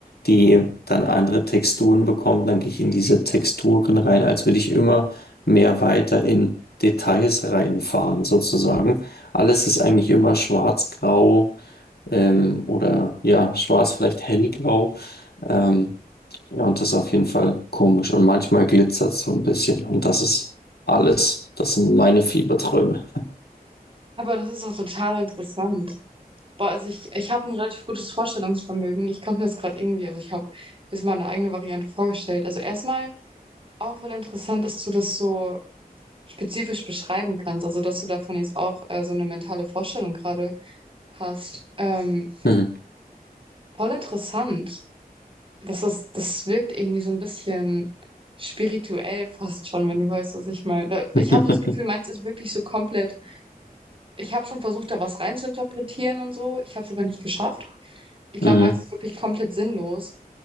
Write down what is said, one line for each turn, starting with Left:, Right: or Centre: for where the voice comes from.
Left: die dann andere Texturen bekommt. Dann gehe ich in diese Texturen rein, als würde ich immer mehr weiter in Details reinfahren, sozusagen. Alles ist eigentlich immer schwarz-grau, ähm, oder ja, schwarz, vielleicht hellgrau. Ähm, ja, und das ist auf jeden Fall komisch. Und manchmal glitzert es so ein bisschen. Und das ist alles. Das sind meine Fieberträume.
Right: aber das ist auch total interessant. Boah, also ich, ich habe ein relativ gutes Vorstellungsvermögen. Ich komme jetzt gerade irgendwie, also ich habe mir mal eine eigene Variante vorgestellt. Also erstmal auch voll interessant, dass du das so spezifisch beschreiben kannst. Also dass du davon jetzt auch äh, so eine mentale Vorstellung gerade hast. Ähm,
Left: Mhm.
Right: voll interessant. Das ist, das wirkt irgendwie so ein bisschen spirituell fast schon, wenn du weißt, was ich meine. Da- Ich
Left: <laughs>
Right: habe das Gefühl, meins ist wirklich so komplett. Ich habe schon versucht, da was reinzuinterpretieren und so. Ich habe es aber nicht geschafft. Ich
Left: Mhm.
Right: glaube, meins
Left: Mhm.
Right: ist wirklich komplett sinnlos.